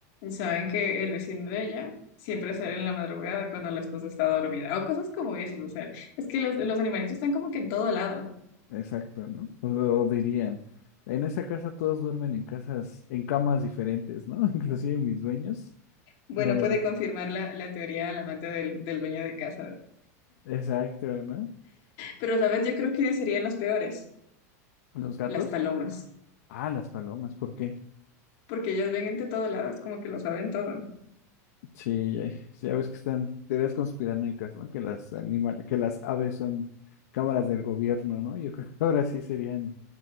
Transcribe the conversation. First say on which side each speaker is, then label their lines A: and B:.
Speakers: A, on the left; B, on the left.
A: saben que el vecino de ella siempre sale en la madrugada cuando la esposa está dormida, o cosas como eso o sea, es que los, los animalitos están como que en todo lado.
B: Exacto, ¿no? O, o dirían, en esa casa todos duermen en casas, en camas diferentes, ¿no? <laughs> Inclusive mis dueños
A: Bueno,
B: no duermen.
A: puede confirmar la, la teoría del amante del, del dueño de casa.
B: Exacto, ¿no?
A: Pero, ¿sabes? Yo creo que serían los peores,
B: ¿Los gatos?
A: las palomas,
B: Ah, las palomas, ¿por qué?
A: porque ellos ven entre todos lados, como que lo saben todo.
B: Sí, ya, sí, ya ves que están teorías conspiranoicas, ¿no? Que las animales, que las aves son cámaras del gobierno, ¿no? Yo creo que ahora sí serían